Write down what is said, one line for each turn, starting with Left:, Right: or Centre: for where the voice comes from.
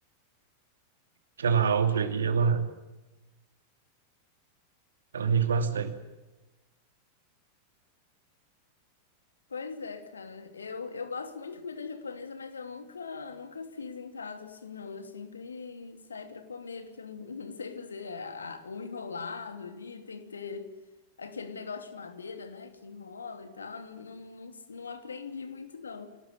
Right: aquela alga ali, ela, ela rende bastante.
Left: Pois é, cara. Eu, eu gosto muito de comida japonesa, mas eu nunca, nunca fiz em casa assim, não. Eu sempre saio pra comer, porque eu não <laughs> não sei fazer a- o enrolado ali, tem que ter aquele negócio de madeira, né, que enrola e tal. Não, não, não aprendi muito, não.